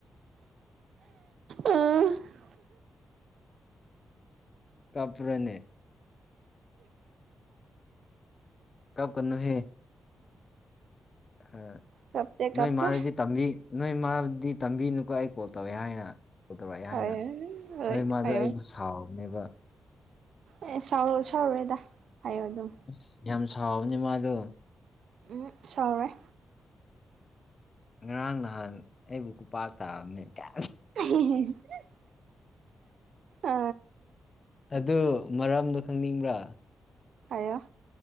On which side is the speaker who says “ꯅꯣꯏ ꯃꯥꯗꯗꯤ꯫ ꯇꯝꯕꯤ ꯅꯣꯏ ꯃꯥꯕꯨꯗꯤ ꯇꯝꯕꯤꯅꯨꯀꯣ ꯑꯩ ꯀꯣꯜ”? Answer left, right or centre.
Left